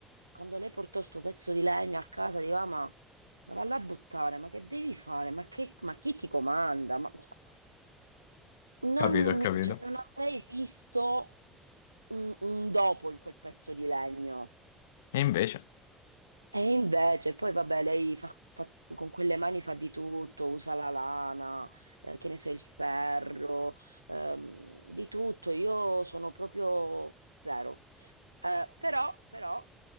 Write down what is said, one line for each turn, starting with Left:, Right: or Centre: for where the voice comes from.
Right: quando lei portò sto pezzo di legno a casa, dico, "Ah, ma, ma valla a buttare, ma che devi fare? Ma, che- ma chi ti comanda? Ma, cioè, non,
Left: Capito, ho
Right: mi-
Left: capito.
Right: cioè, non avrei visto un, un dopo in quel pezzo di legno.
Left: E invece,
Right: E invece, poi vabbè, lei fa, fa- con quelle mani fa di tutto, usa la lana, eh, che ne so, il ferro, ehm, di tutto. Io sono proprio zero. Eh, però, però,